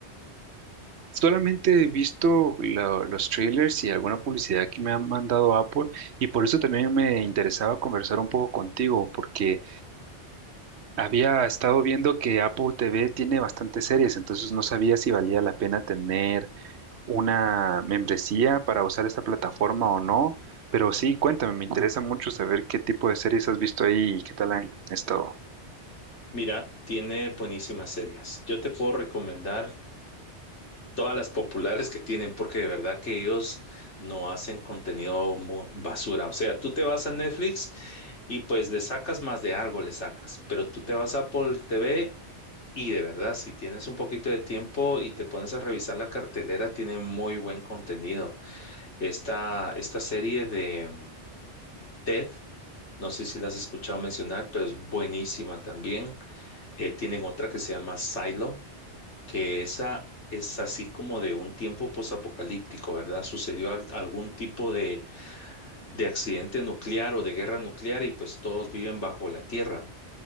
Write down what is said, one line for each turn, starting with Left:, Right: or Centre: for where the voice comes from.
Right: Solamente he visto lo- los trailers y alguna publicidad que me han mandado Apple y por eso también me interesaba conversar un poco contigo porque había estado viendo que Apple TV tiene bastantes series, entonces no sabía si valía la pena tener una membresía para usar esta plataforma o no, pero sí, cuéntame, me interesa mucho saber qué tipo de series has visto ahí y qué tal han estado.
Left: Mira, tiene buenísimas series. Yo te puedo recomendar todas las populares que tienen, porque de verdad que ellos no hacen contenido mu- basura. O sea, tú te vas a Netflix y pues le sacas más de algo, le sacas, pero tú te vas a Apple TV Y de verdad, si tienes un poquito de tiempo y te pones a revisar la cartelera, tiene muy buen contenido. Esta, esta serie de mm, TED, no sé si la has escuchado mencionar, pero es buenísima también. Eh, tienen otra que se llama Silo, que esa es así como de un tiempo posapocalíptico, ¿verdad? Sucedió al- algún tipo de, de accidente nuclear o de guerra nuclear y pues todos viven bajo la tierra